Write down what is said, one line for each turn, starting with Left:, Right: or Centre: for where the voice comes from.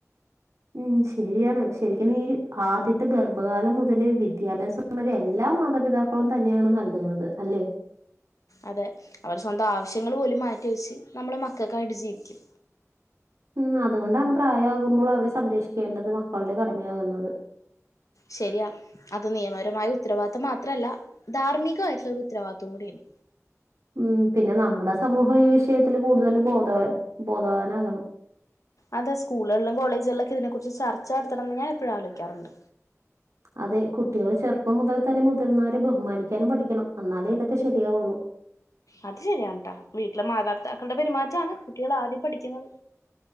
Right: <inaudible> ഉം ഷെരിയാണ് ഷെരിക്കിന് ഈ ആദ്യത്തെ ഗർഭകാലം മൊതല് വിദ്യാഭ്യാസം വെരെ എല്ലാം. ആ മാതാപിതാക്കളും തന്നെയാണ് നൽകുന്നത് അല്ലേ?.
Left: അതെ. അവർ സ്വന്തം ആവശ്യങ്ങള് പോലും മാറ്റിവെച്ച് നമ്മെടെ മക്കൾക്കു വേണ്ടി ജീവിക്കും.
Right: ഉം അതുകൊണ്ടാണ് പ്രായയാകുമ്പോൾ അവര് സംരക്ഷിക്കേണ്ടത് മക്കളുടെ കടമയാകുന്നത്.
Left: ശെരിയാ. അത് നിയമപരമായ ഉത്തരവാദിത്തം മാത്രല്ല. ധാർമ്മികായെട്ടൊള്ള ഒരു ഉത്തരവാദിത്തം കൂടിയാണ്.
Right: <inaudible> ഉം പിന്നെ നമ്മെടെ സമൂഹം ഈ വിഷയത്തില് കൂടുതല് ബോധ ബോധവാനാകണം.
Left: അതെ സ്കൂളുകളിലും കോളേജുകളിലൊക്കെ ഇതിനെക്കുറിച്ച് ചർച്ച നടത്തണന്ന് ഞാൻ എപ്പോഴും ആലോയിക്കാറൊണ്ട്.
Right: അതെ കുട്ടികള് ചെറുപ്പം മുതൽ തന്നെ മുതിർന്നവരെ ബഹുമാനിക്കാനും പഠിക്കണം അന്നാലേ ഇതൊക്കെ ശെരിയാവൊള്ളൂ.
Left: അത് ശെരിയാണേട്ടോ വീട്ടിലെ മാതാപിതാക്കളുടെ പെരുമാറ്റാണ് കുട്ടികൾ ആദ്യം പഠിക്കുന്നത്.